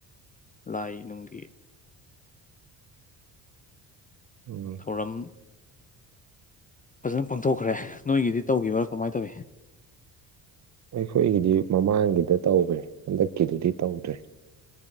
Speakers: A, on the left; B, on the right.
A: ꯂꯥꯏ ꯅꯨꯡꯒꯤ
B: ꯎꯝ
A: ꯊꯧꯔꯝ ꯐꯖꯅ ꯄꯥꯡꯊꯣꯛꯈ꯭ꯔꯦ ꯅꯣꯏꯒꯤꯗꯤ ꯇꯧꯈꯤꯕ꯭ꯔꯥ ꯀꯃꯥꯏꯅ ꯇꯧꯏ
B: ꯑꯩꯈꯣꯏꯒꯤꯗꯤ ꯃꯃꯥꯡꯒꯤꯗ ꯇꯈ꯭ꯔꯦ ꯍꯟꯗꯛꯀꯤꯗꯨꯗꯤ ꯇꯧꯗ꯭ꯔꯦ